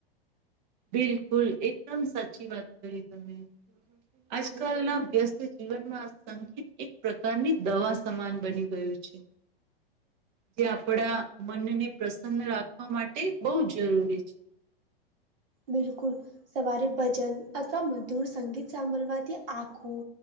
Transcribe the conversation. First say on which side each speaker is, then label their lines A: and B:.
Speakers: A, on the right; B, on the right.
A: બિલકુલ એકદમ સાચી વાત કરી તમે. આજકાલ ના વ્યસ્ત જીવનમાં સંગીત એક પ્રકારની દવા સમાન બની ગયું છે. જે આપડા મનને પ્રસન્ન રાખવા માટે બહુ જરૂરી છે.
B: બિલકુલ સવારે ભજન અથવા મધુર સંગીત સાંભળવાથી આખું